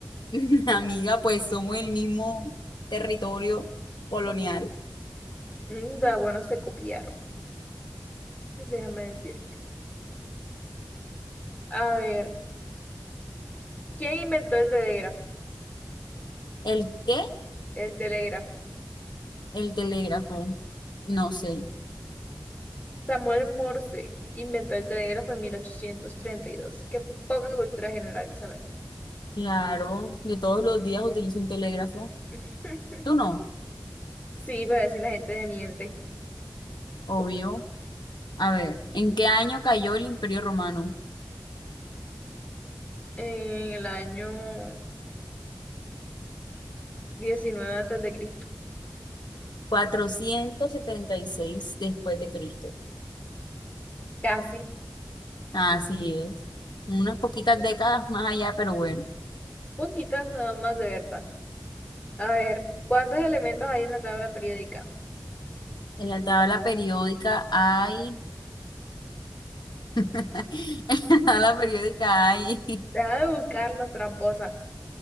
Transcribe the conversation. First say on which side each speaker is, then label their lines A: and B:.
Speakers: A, on the left (about 80°); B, on the left (about 20°).
A: <laughs> Amiga, pues somos el mismo territorio colonial.
B: Mm, Da, bueno, se copiaron. Déjame decirte. A ver, ¿quién inventó el telégrafo?
A: ¿El qué?
B: El telégrafo.
A: El telégrafo. No sé.
B: Samuel Morse inventó el telégrafo en mil ochocientos treinta y dos Qué poca cultura general, Isabel.
A: Claro, yo todos los días utilizo un telégrafo.
B: <laughs>
A: Tú no,
B: Sí, para decir la gente me miente.
A: obvio.
B: Como
A: A ver, ¿en qué año cayó el Imperio Romano?
B: En el año 19 antes de Cristo.
A: 476 después de Cristo.
B: Casi.
A: Así es. Unas poquitas
B: <laughs>
A: décadas más allá, pero bueno.
B: Poquitas nada más de verdad. A ver, ¿cuántos elementos hay en la tabla periódica?
A: En la tabla periódica hay... <laughs> En la tabla periódica hay...
B: Deja de buscarlo, tramposa.